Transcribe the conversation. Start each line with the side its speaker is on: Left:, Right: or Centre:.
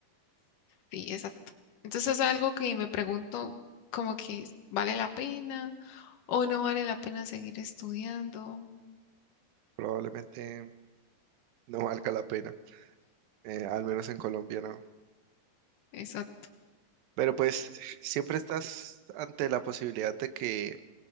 Left: sí, exacto. Entonces es algo que me pregunto como que vale la pena o no vale la pena seguir estudiando.
Right: probablemente no valga la pena, eh, al menos en Colombia no.
Left: Exacto.
Right: Pero pues siempre estás ante la posibilidad de que